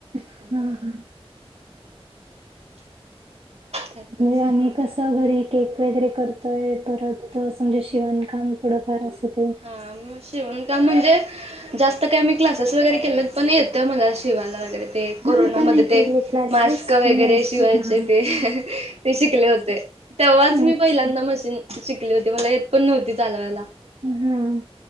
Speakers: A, on the right; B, on the right.
A: हम
B: त्यामुळे
A: हम.
B: त्यातच
A: <unintelligible> कसं घरी केक वगैरे करतोय, परत असं म्हणजे, शिवणकाम थोडंफार असत.
B: हा मग शिवण काम म्हणजे? जास्त काय मी क्लासेस वगैरे केले, पण येते मला शिवायला वगैरे ते कोरोनामध्ये
A: हा मी पण नाही
B: ते
A: केले क्लासेस
B: मास्क वगैरे
A: पण नाही
B: शिवायचे
A: हा
B: ते, ते शिकले होते. तेव्हाच मी
A: अच्छा
B: पहिल्यांदा मशीन शिकली होती, मला येत पण नव्हती चालवायला.
A: हम्म.